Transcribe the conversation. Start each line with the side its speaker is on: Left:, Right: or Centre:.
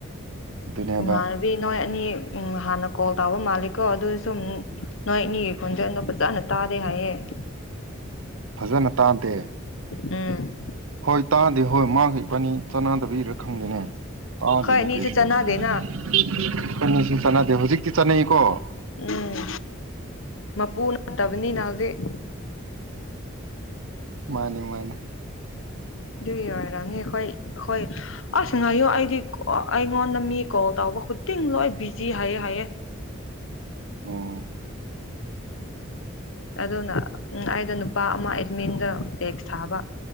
Right: ꯑꯗꯨꯅꯦꯕ
Left: ꯏꯃꯥꯟꯅꯕꯤ ꯅꯣꯏ ꯑꯅꯤ ꯎꯝ ꯍꯥꯟꯅ ꯀꯣꯜ ꯇꯧꯕ ꯃꯥꯜꯂꯦꯀꯣ ꯑꯗꯨꯁꯨꯃꯨꯛ ꯅꯣꯏꯅꯤꯒꯤ ꯈꯣꯟꯖꯦꯜꯗꯨ ꯐꯖꯅ ꯇꯥꯗꯦ ꯍꯥꯏꯌꯦ <inaudible>
Right: ꯐꯖꯅ ꯇꯥꯗꯦ
Left: ꯎꯝ
Right: ꯍꯣꯏ ꯇꯥꯗꯦ ꯍꯣꯏ ꯃꯥꯥꯒ ꯏꯕꯥꯅꯤ ꯆꯥꯅꯗꯕꯩꯔ ꯈꯪꯗꯦꯅꯦ ꯇꯥꯗꯦꯅꯦ
Left: ꯈꯣꯏ ꯑꯅꯤꯁꯨ
Right: ꯀꯔꯤꯁꯨ
Left: ꯆꯥꯟꯅꯗꯦꯅ
Right: ꯑꯈꯣꯏꯅꯤꯁꯨ <unintelligible> ꯍꯧꯖꯤꯛ <unintelligible> ꯆꯅꯩ ꯀꯣ
Left: ꯎꯝ ꯃꯄꯨ ꯅꯠꯇꯕꯅꯤꯅ ꯍꯧꯖꯤꯛ
Right: ꯃꯥꯅꯤ ꯃꯥꯅꯤ
Left: ꯑꯗꯨꯒꯤ ꯑꯣꯏꯔꯝꯅꯤ ꯑꯈꯣꯏ ꯍꯣꯏ ꯑꯁ ꯉꯥꯏꯌꫭ ꯑꯩꯗꯤ ꯑꯩꯉꯣꯟꯗ ꯃꯤ ꯀꯣꯜ ꯇꯧ <unintelligible> ꯂꯣꯏ ꯕꯤꯖꯤ ꯍꯥꯏꯌꯦ ꯍꯥꯏꯌꯦ
Right: ꯑꯣ
Left: ꯑꯗꯨꯅ ꯎꯝ ꯑꯩꯒ ꯅꯨꯄꯥ ꯑꯃ ꯑꯦꯠꯃꯤꯟꯗꯣ ꯇꯦꯛꯁ ꯊꯥꯕ